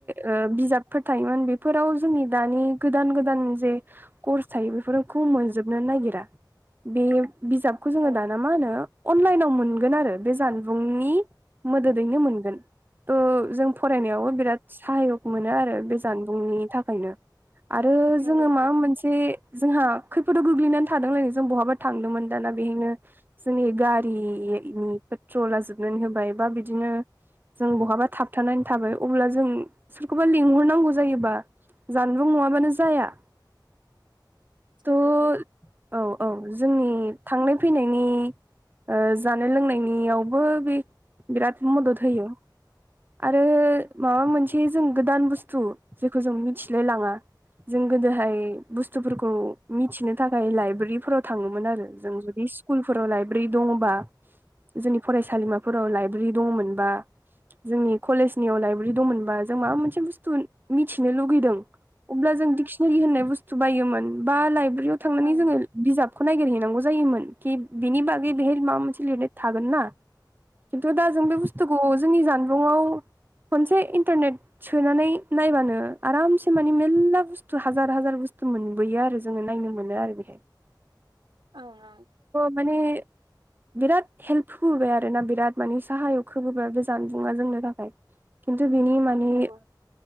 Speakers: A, on the right; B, on the right.
A: ओ बिजाबफोर थायोमोन। बेफोराव जोंनि दानि गोदान गोदान जे कर्स थायो बेफोरखौ मोनजोबनो नागिरा बे बिजाबखौ जोङो
B: औ
A: दाना मा होनो। अनलाइनाव मोनगोन आरो बे जानबुंनि मोदोदैनो मोनगोन। थ' जों फरायनायावबो बिराद साहायक मोनो आरो बे जानबुंनि थाखायनो आरो
B: नंगौ
A: जोङो
B: नंगौ
A: माबा मोनसे जोंहा खैफोदाव गोग्लैनानै थादोंलायनो जों बहाबा थांदोंमोन दाना बेहायनो जोंनि गारिनि पेट्रला जोबनानै होबाय बा बिदिनो जों बहाबा थाबथानानै थाबाय अब्ला जों सोरखौबा लिंहरनांगौ जायोबा जानबुं नङाबानो जाया।
B: सैथो
A: थ'
B: औ।
A: औ औ। जोंनि थांनाय फैनायनि ओ जानाय लोंनायनियावबो बे बिराद मदद होयो। आरो माबा मोनसे जों गोदान बुस्थु जेखौ जों मिथिलाय लाङा जों गोदोहाय बुस्थुफोरखौ मिथिनो थाखाय लाइब्रेरिफोराव थाङोमोन आरो जों जुदि स्कुलफोराव लाइब्रेरि दङबा जोंनि फरायसालिमाफोराव लाइब्रेरि दङमोनबा जोंनि कलेजनियाव लाइब्रेरि दंमोनबा जों माबा मोनसे बुस्थु मिथिनो लुुगैदों अब्ला जों डिक्सिनारि होननाय बुस्थु बायोमोन। बा लाइब्रेरियाव थांनानै
B: ओं
A: जोङो बिजाबखौ नायगिरहैनांगौ जायोमोन खि बेनि बागै बेहाय माबा मोनसे लिरनाय थागोन ना। खिन्थु दा जों बे बुस्थुखौ जोंनि जानबुंआव खनसे इन्टारनेट सोनानै नायबानो आरामसे माने मेलला हाजार हाजार बुस्थु मोनबोयो आरो जोङो नायनो मोनो आरो बेहाय।
B: औ औ।
A: माने बिराद हेल्पुल आरो आरोना बिराद माने साहायक होबोबाय बे जानबुङा जोंनो थाखाय। खिन्थु बिनि माने
B: नंगौ